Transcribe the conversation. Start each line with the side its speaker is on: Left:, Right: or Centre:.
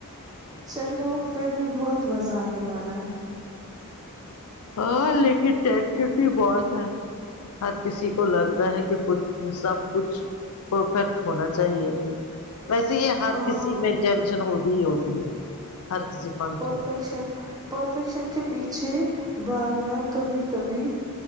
Right: چلو پھر بھی بہت مزہ آنے والا ہے
Left: ہاں لیکن ٹچر بھی بہت ہے ہر کسی کو لگتا ہے کہ کچھ سب کچھ پرفیکٹ ہونا چاہیے ویسے یہ ہر
Right: ہاں
Left: کسی میں ٹینشن ہوتی ہوتی ہے ہر کسی فنکشن
Right: پرفیکشن
Left: میں
Right: پرفیکشن کے پیچھے بھاگنا کبھی کبھی